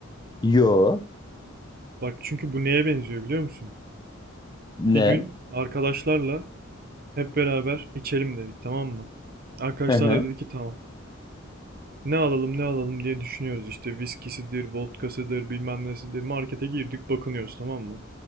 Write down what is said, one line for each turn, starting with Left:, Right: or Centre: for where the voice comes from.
Left: Yo,
Right: Bak çünkü bu neye benziyor biliyor musun?
Left: ne?
Right: Bir gün arkadaşlarla hep beraber içelim dedik tamam mı? Arkadaşlar
Left: Hı hı,
Right: da dedi ki tamam. Ne alalım ne alalım diye düşünüyoruz işte viskisidir, vodkasıdır, bilmem nesidir. Markete girdik bakınıyoruz tamam mı?